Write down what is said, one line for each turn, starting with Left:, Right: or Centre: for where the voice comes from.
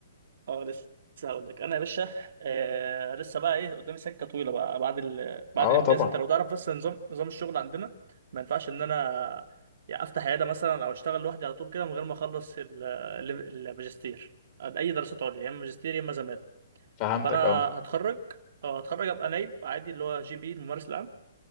Right: اه لسه هقول لك انا يا باشا آه لسه بقى ايه قدامي سكه طويله بقى بعد ال... بعد
Left: اه
Right: الامتياز
Left: طبعا
Right: انت لو تعرف بس نظام نظام الشغل عندنا ما ينفعش ان انا يعني افتح عياده مثلا او اشتغل لوحدي على طول كده من غير ما اخلص ال- ال- الماجستير اي دراسات عليا يا اما ماجستير يا اما زماله
Left: فهمتك
Right: فانا
Left: اه
Right: هتخرج اه هتخرج ابقى نايب عادي اللي هو جي بي الممارس العام